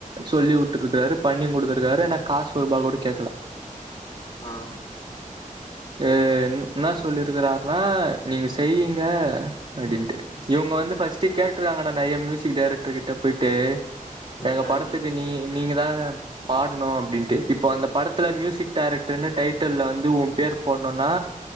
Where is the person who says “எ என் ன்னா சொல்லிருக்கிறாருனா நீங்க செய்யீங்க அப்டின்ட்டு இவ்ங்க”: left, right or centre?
Right